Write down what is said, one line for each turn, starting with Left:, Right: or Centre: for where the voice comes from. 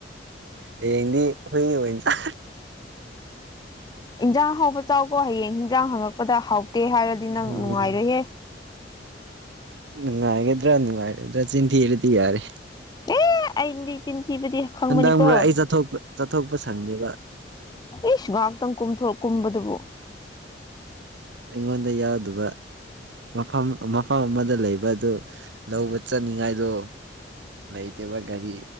Right: ꯍꯥꯌꯦꯡꯗꯤ ꯍꯨꯏ ꯑꯣꯏꯅꯥ ꯆꯥ
Left: ꯏꯟꯖꯥꯡ ꯍꯥꯎꯕ ꯆꯥꯎꯕꯣ ꯍꯌꯦꯡ ꯌꯦꯟꯖꯥꯡ ꯍꯥꯡꯉꯛꯄꯗ ꯍꯥꯎꯇꯦ ꯍꯥꯏꯔꯗꯤ ꯅꯪ
Right: ꯎꯝ
Left: ꯅꯨꯡꯉꯥꯏꯔꯣꯏꯍꯦ
Right: ꯅꯨꯡꯉꯥꯏꯒꯗ꯭ꯔꯥ ꯅꯨꯡꯉꯥꯏꯒꯗ꯭ꯔꯥ ꯆꯤꯟꯊꯤꯔꯗꯤ ꯌꯥꯔꯦ
Left: ꯑꯦ ꯑꯗꯤ ꯆꯤꯟꯊꯤꯕꯗꯤ ꯈꯪꯕꯅꯤꯀꯣ
Right: ꯍꯟꯗꯪꯕ꯭ꯔꯥ ꯑꯩ ꯆꯠꯊꯣꯛꯄ ꯆꯠꯊꯣꯛꯄ ꯁꯪꯗꯦꯕ
Left: ꯏꯁꯁ ꯉꯥꯏꯍꯥꯛꯇꯪ ꯀꯨꯝꯊꯣꯔ ꯀꯨꯝꯕꯗꯨꯕꯨ
Right: ꯑꯩꯉꯣꯟꯗ ꯌꯥꯎꯗꯕ ꯃꯐꯝ ꯃꯐꯝ ꯑꯃꯗ ꯂꯩꯕ ꯑꯗꯨ ꯂꯧꯕ ꯆꯠꯅꯤꯡꯉꯥꯏꯗꯣ ꯂꯩꯇꯕ ꯒꯥꯔꯤ